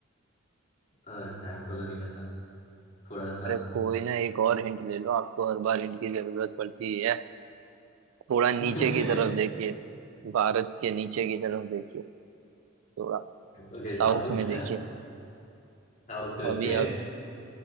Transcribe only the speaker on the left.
टाइम तो लगेगा ना थोड़ा सा
<laughs>
Okay
south
South
chess